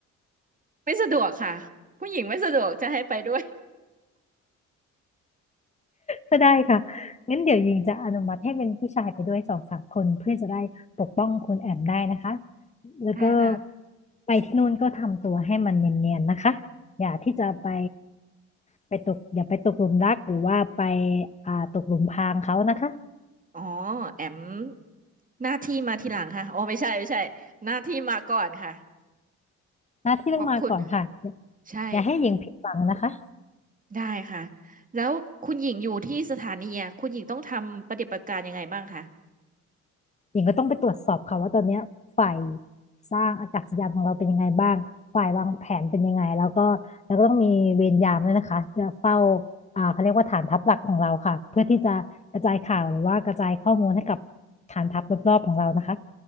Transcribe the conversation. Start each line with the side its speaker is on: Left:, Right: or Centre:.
Right: ไม่สะดวกค่ะ ผู้หญิงไม่สะดวกจะให้ไปด้วย
Left: ก็ได้ค่ะงั้นเดี๋ยวยิงจะอนุมัติให้เป็นผู้ชายไปด้วยสองสามคนเพื่อจะได้ปกป้องคุณแอมได้นะคะ แล้วก็
Right: ได้ค่ะ
Left: ไปที่นู่นก็ทำตัวให้มันเนียนๆนะคะ อย่าที่จะไปไปตกอย่าไปตกหลุมรักหรือว่าไปอ่าตกหลุมพรางเขานะคะ
Right: อ๋อแอมหน้าที่มาทีหลังค่ะโอ้ไม่ใช่ไม่ใช่หน้าที่มาก่อนค่ะ
Left: หน้าที่ต้องมาก่อนค่ะ
Right: ขอบคุณ ใช่
Left: อย่าให้หญิงผิดหวังนะคะ
Right: ได้ค่ะ แล้วคุณหญิงอยู่ที่สถานีอะคุณหญิงต้องทำปฏิบัติการยังไงบ้างคะ
Left: หญิงก็ต้องไปตรวจสอบค่ะว่าตอนเนี้ยฝ่ายสร้างอากาศยานของเราเป็นยังไงบ้างฝ่ายวางแผนเป็นยังไงแล้วก็แล้วก็ต้องมีเวรยามด้วยนะคะจะเฝ้าอ่าเขาเรียกว่าฐานทัพหลักของเราค่ะเพื่อที่จะกระจายข่าวหรือว่ากระจายข้อมูลให้กับฐานทัพรอบๆของเรานะคะ